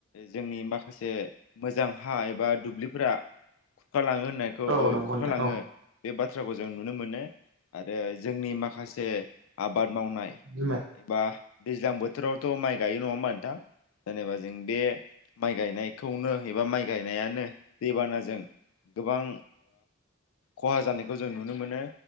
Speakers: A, on the left; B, on the right.
A: जोंनि माखासे मोजां हा एबा दुब्लिफोरा खुरखा लाङो होननायखौ
B: औ
A: ओ
B: नंगौ
A: खुरखा
B: नोंथां
A: लाङो
B: औ
A: बे बाथ्राखौ जों नुनो मोनो आरो जोंनि माखासे आ आबाद मावनाय
B: बिमाय
A: एबा दैज्लां बोथोरावथ' माइ गायो नङामोन नोंथां जेनेबा जों बे माइ गायनायखौनो एबा माइ गायनायानो दैबानाजों गोबां खहा जानायखौ जों नुनो मोनो